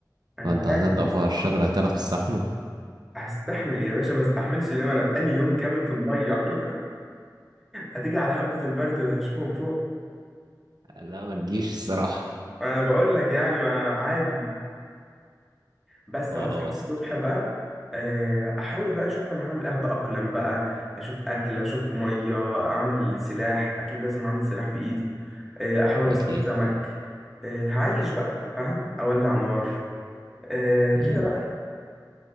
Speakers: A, in the centre; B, on the right.
A: انا
B: فانت
A: فاهم
B: هتطلع
A: بس
B: فوق على الشجرة هتعرف تستحمل
A: هستحمل يا باشا ما استحملش ليه ما انا بقالي يوم كامل في الميه <laughs> هتيجي على حبة البرد اللي هشوفه من فوق
B: لا ما تجيش الصراحة
A: انا بقول لك يعني ما عادي بس
B: <laughs> خلاص
A: هصحى الصبح بقى آه، احاول بقى اشوف انا هعمل ايه هتأقلم بقى هشوف اكل اشوف مية اعمل سلاح اكيد لازم اعمل سلاح في ايدي آه، احاول اصطاد
B: اكيد
A: سمك آه، هعيش بقى فاهم اولع نار آه، كده
B: مم.
A: بقى